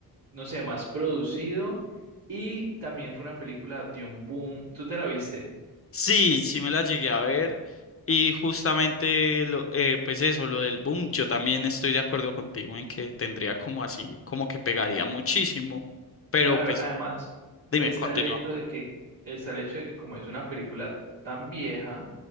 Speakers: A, on the right; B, on the left.
A: no sé, más producido y también fue una película de un boom. ¿Tú te la viste?
B: Sí, sí me la llegué a ver y justamente lo, eh, pues eso, lo del boom, yo también estoy de acuerdo contigo en que tendría como así, como que pegaría muchísimo, pero
A: Claro,
B: pues
A: además
B: dime,
A: está
B: continúa.
A: el hecho de que está el hecho de que como es una película tan vieja,